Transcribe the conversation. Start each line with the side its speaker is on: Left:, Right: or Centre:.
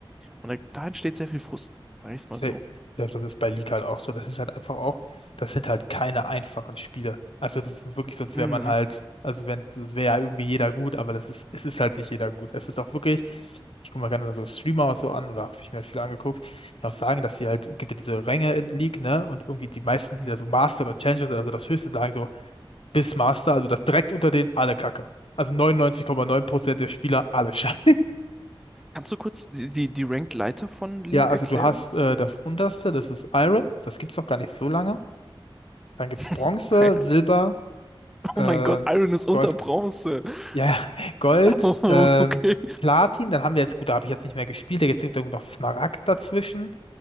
Centre: Und da, da entsteht sehr viel Frust, sag ich es mal
Left: safe.
Centre: so.
Left: Safe, das ist bei League halt auch so. Das ist halt einfach auch, das sind halt keine einfachen Spiele. Also das ist wirklich, sonst
Centre: Mhm.
Left: wäre man halt, also wenn, das wäre ja irgendwie jeder gut, aber das ist, es ist halt nicht jeder gut. Es ist auch wirklich, ich gucke mir gerne so Streamer auch so an, oder habe ich mir halt viel angeguckt, die auch sagen, dass sie halt, gibt ja diese Ränge in League, ne? Und irgendwie die meisten,
Centre: Mhm.
Left: die da so Master oder Challenger sind, also das Höchste sagen so, bis Master, also das direkt unter denen alle Kacke. Also 99,9% der Spieler alle <laughs> scheiße.
Centre: Kannst du kurz die, die, die Ranked Leiter von League
Left: Ja, also
Centre: erklären?
Left: du hast äh, das unterste, das ist Iron, das gibt's noch gar nicht so lange. Dann gibt's
Centre: <laughs>
Left: Bronze,
Centre: Weil
Left: Silber, äh,
Centre: Oh mein Gott, Iron ist unter
Left: Gold.
Centre: Bronze. <laughs>
Left: Ja, ja, <laughs> Gold,
Centre: Oh,
Left: ähm,
Centre: okay.
Left: Platin, dann haben wir jetzt, gut, da habe ich jetzt nicht mehr gespielt, jetzt gibt es noch Smaragd dazwischen,